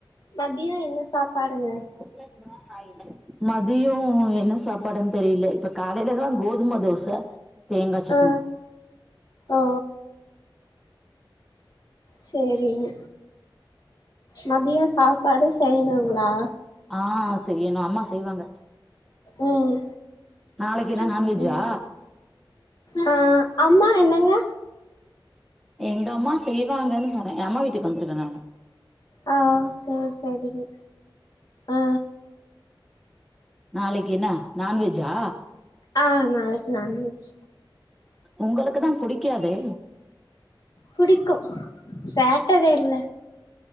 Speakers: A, on the left; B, in the centre.
A: மதியோ என்ன சாப்பாடுங்க.
B: ஃபோர் பிளஸ் மேல ஆயிலு மதியோ என்ன சாப்பாடுன் தெரியில இப்ப காலையிலதா கோதும தோச. தேங்கா சட்னி
A: அ ஒ சேரிங்க மதியோ சாப்பாடு செய்னுங்ளா.
B: ஆ செய்யனு அம்மா செய்வாங்க.
A: ம்
B: நாளைக்கு என்ன
A: ம்
B: நான்வெஜ்ஜா
A: ஆ அம்மா என்னங்க
B: எங்க அம்மா செய்வாங்கனு சொன்ன ஏ அம்மா வீட்டுக்கு வந்துருக்க நானு
A: ஆ சேர் சேரிங்க அ.
B: நாளைக்கு என்ன நான்வெஜ்ஜா
A: ஆ நாளைக்கு நான்வெஜ்
B: உங்களுக்கு தா புடிக்காதே
A: புடிக்கு சாட்டடே இல்ல